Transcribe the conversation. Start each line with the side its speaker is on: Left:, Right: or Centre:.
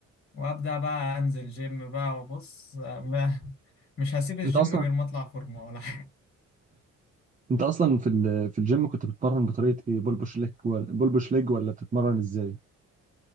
Left: وابدا بقى انزل جيم بقى وبص ما مش هسيب الجيم
Right: انت اصلا
Left: غير ما اطلع فورمه ولا حاجه
Right: انت اصلا في ال- في الجيم كنت بتتمرن بطريقه ايه بول بوش ليج ولا بول بوش ليج ولا بتتمرن ازاي